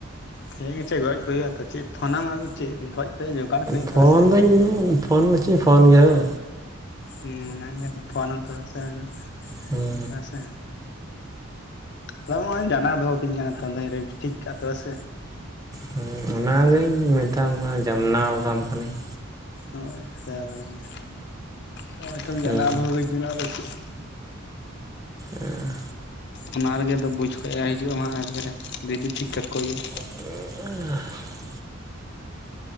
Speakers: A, on the left; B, on the right.
A: ᱴᱷᱤᱠ ᱟᱪᱷᱮ ᱜᱚᱡ ᱠᱚ ᱦᱩᱭᱩᱜᱼᱟ ᱟᱫᱚ ᱪᱮᱫ ᱯᱷᱳᱱᱟᱢ ᱟᱫᱚ ᱪᱮᱫ ᱜᱚᱡ ᱠᱚ ᱦᱩᱭᱩᱜᱼᱟ ᱡᱚᱜᱟᱲ ᱠᱚ ᱦᱩᱭᱩᱜᱼᱟ
B: ᱯᱷᱚᱱ
A: ᱛᱚᱵᱮ ᱥᱮ
B: ᱫᱚᱧ ᱯᱷᱚᱱ ᱢᱟᱪᱚᱧ ᱯᱷᱚᱱ ᱜᱮᱭᱟ ᱦᱳ᱾
A: ᱦᱮᱸ ᱚᱱᱟᱜᱮ ᱟᱫᱚ ᱯᱷᱳᱱ ᱦᱚᱸᱛᱚ ᱵᱮᱵᱚᱥᱛᱟ ᱦᱩᱭᱩᱜ-ᱟ
B: ᱦᱮᱸ
A: ᱦᱮᱸᱥᱮ ᱟᱨ ᱱᱚᱜᱼᱚᱭ ᱡᱟᱱᱟᱣ ᱫᱚᱦᱚ ᱠᱤᱧ ᱠᱟᱱᱟ ᱛᱚ ᱨᱮᱰᱤ ᱴᱷᱤᱠ ᱠᱟᱜᱼᱟ ᱛᱚ ᱥᱮ
B: ᱦᱮᱸ ᱚᱱᱟᱜᱤᱧ ᱢᱮᱛᱟᱢ ᱠᱟᱱᱟ ᱡᱟᱢᱱᱟᱣ ᱠᱟᱢ ᱠᱟᱹᱱᱤᱧ
A: ᱦᱚᱜᱼᱚᱭ ᱥᱨᱟᱵᱚᱱ ᱜᱮ ᱦᱟᱜᱼᱚᱭ ᱛᱚᱢ
B: ᱦᱮᱸ
A: ᱡᱟᱱᱟᱣ ᱫᱚᱦᱚ ᱟᱹᱧ ᱠᱟᱱᱟ ᱟᱫᱚ ᱪᱮᱫ
B: ᱮ <unintelligible>
A: ᱚᱱᱟ ᱨᱮᱜᱮ ᱫᱚ ᱵᱩᱡᱽ ᱠᱚᱭᱟ ᱦᱤᱡᱩᱜ ᱟᱢ ᱦᱟᱸᱜ ᱮᱠᱵᱟᱨᱮ ᱨᱮ ᱫᱤᱫᱤ ᱴᱷᱤᱠ ᱠᱟᱠᱚ ᱦᱩᱭᱩᱜᱼᱟ᱾
B: <inaudible>